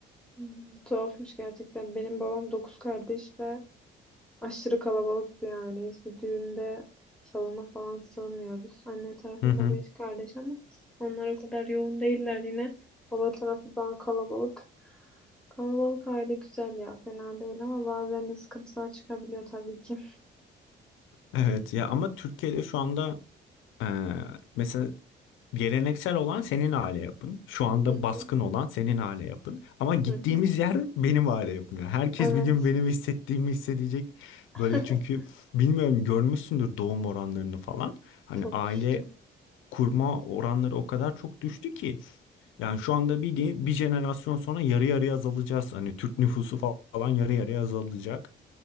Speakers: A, in the centre; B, on the left.
A: Hmm, tuhafmış gerçekten. Benim babam dokuz kardeş ve Aşırı kalabalık bir aileyiz. Bir düğünde salona falan sığmıyoruz. Anne tarafında
B: Hı hı.
A: beş kardeş ama onlar o kadar yoğun değiller yine. Baba tarafı daha kalabalık. Kalabalık aile güzel ya, fena değil ama bazen de sıkıntılar çıkabiliyor tabii ki.
B: Evet ya ama Türkiye'de şu anda eee, mesela geleneksel olan senin aile yapın. Şu anda
A: Hı
B: baskın
A: hı,
B: olan senin aile yapın. Ama gittiğimiz
A: hı hı.
B: yer benim aile yapım. Yani herkes
A: Evet,
B: bir gün benim hissettiğimi hissedecek.
A: <laughs>
B: Böyle çünkü bilmiyorum görmüşsündür doğum oranlarını falan. Hani
A: çok
B: aile
A: düştü.
B: kurma oranları o kadar çok düştü ki. Yani şu anda bir, bir jenerasyon sonra yarı yarıya azalacağız. Hani Türk nüfusu fa- falan yarı yarıya azalacak.